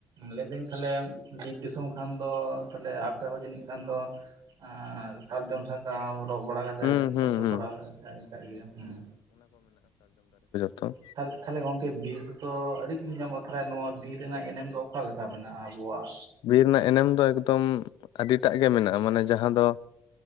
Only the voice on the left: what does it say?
ᱦᱩᱸ
ᱦᱩᱸ
ᱦᱩᱸ
ᱛᱚ
ᱵᱤᱨ ᱨᱮᱱᱟᱜ ᱮᱱᱮᱢ ᱫᱚ ᱮᱠᱫᱚᱢ ᱟᱹᱰᱤᱴᱟᱜ ᱜᱮ ᱢᱮᱱᱟᱜᱼᱟ ᱢᱟᱱᱮ ᱡᱟᱦᱟᱸ ᱫᱚ